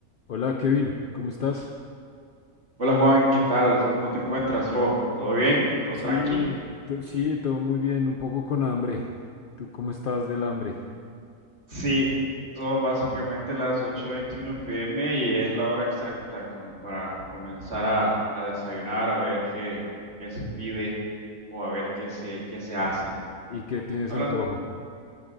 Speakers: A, on the left (about 60°); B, on the right (about 50°).
A: Hola Kevin, ¿cómo estás?
B: Hola Juan, ¿qué tal? ¿Cómo te encuentras, bro? ¿Todo bien? ¿Todo
A: Sí,
B: tranqui?
A: to- sí, todo muy bien, un poco con hambre. ¿Tú cómo estás del hambre?
B: Sí, son básicamente las 8:21 pm y es la hora exacta como para comenzar a, a desayunar, a ver qué, qué se pide o a ver qué se, qué se hace.
A: ¿Y qué tienes
B: Hablan,
A: antojo?